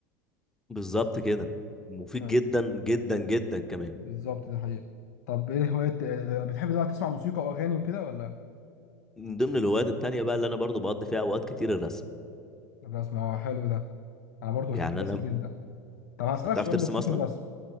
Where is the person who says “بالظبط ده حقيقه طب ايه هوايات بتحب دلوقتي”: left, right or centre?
Left